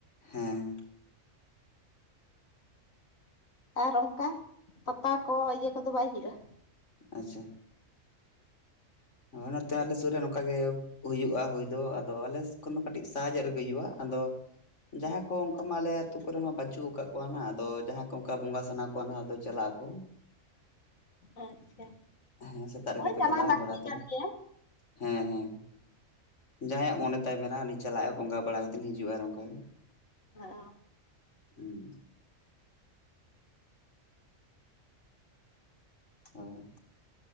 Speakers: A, on the left; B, on the left.
A: ᱦᱮᱸ
B: ᱟᱨ ᱚᱱᱛᱮ ᱯᱟᱛᱟ ᱠᱚ ᱤᱭᱟᱹ ᱠᱚᱫᱚ ᱵᱟᱭ ᱦᱩᱭᱩᱜᱼᱟ?
A: ᱟᱪᱪᱷᱟ ᱦᱳᱭ ᱱᱚᱛᱮ ᱟᱞᱮ ᱥᱩᱨ ᱨᱮ ᱱᱚᱝᱠᱟ ᱜᱮ, ᱦᱩᱭᱩᱜᱼᱟ ᱦᱩᱭ ᱫᱚ ᱟᱫᱚ ᱟᱞᱮ ᱠᱷᱚᱱ ᱫᱚ ᱠᱟᱹᱴᱤᱡ ᱥᱟᱦᱟ ᱧᱚᱜ ᱨᱮᱜᱮ ᱦᱩᱭᱩᱜᱼᱟ, ᱟᱫᱚ ᱡᱟᱦᱟᱸ ᱠᱚ ᱚᱱᱠᱟ ᱢᱟ ᱟᱞᱮ ᱟᱛᱩ ᱠᱚᱨᱮ ᱦᱚ ᱵᱟᱪᱩᱜ ᱟᱠᱟᱫ ᱠᱚᱣᱟ ᱦᱟᱜ ᱟᱫᱚ ᱡᱟᱦᱟᱸᱭ ᱠᱚ ᱚᱱᱠᱟ ᱵᱚᱸᱜᱟ ᱥᱟᱱᱟ ᱠᱚ ᱱᱟᱦᱟᱜ ᱫᱚ ᱪᱟᱞᱟᱜ ᱟᱠᱚ
B: ᱟᱪᱪᱷᱟ
A: ᱾ ᱦᱮᱸ ᱥᱮᱛᱟᱜ ᱨᱮᱜᱮ
B: ᱦᱳᱭ
A: ᱠᱚ
B: ᱪᱟᱞᱟᱣ
A: ᱪᱟᱞᱟᱜᱼᱟ,
B: ᱞᱟᱹᱠᱛᱤ
A: ᱨᱟᱛ
B: ᱠᱟᱱ ᱜᱮᱭᱟ
A: ᱦᱮᱸ ᱦᱮᱸ ᱡᱟᱦᱟᱸ ᱭᱟᱜ ᱢᱚᱱᱮ ᱛᱟᱭ ᱢᱮᱱᱟᱜ ᱩᱱᱤ ᱪᱟᱞᱟᱜᱼᱟᱭ ᱵᱚᱸᱜᱟ ᱵᱟᱲᱟ ᱠᱟᱛᱮ ᱦᱤᱡᱩᱜᱼᱟ ᱚᱱᱠᱟ ᱜᱮ᱾
B: <unintelligible>
A: ᱦᱮᱸ ᱦᱚᱭ,